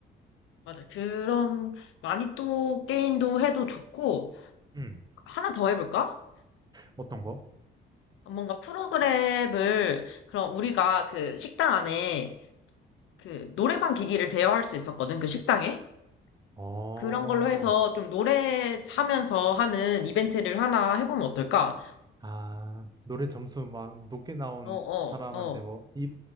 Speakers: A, on the left; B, on the right.
A: 맞아. 그런, 많이 또 게임도 해도 좋고,
B: 음,
A: 하나 더 해볼까?
B: 어떤 거?
A: 뭔가 프로그램을, 그럼 우리가 그 식당 안에 그 노래방 기기를 대여할 수 있었거든, 그 식당에?
B: 어.
A: 그런 걸로 해서 좀 노래하면서 하는 이벤트를 하나 해보면 어떨까?
B: 아, 노래 점수 막 높게 나온
A: 어, 어,
B: 사람한테
A: 어,
B: 뭐, 이,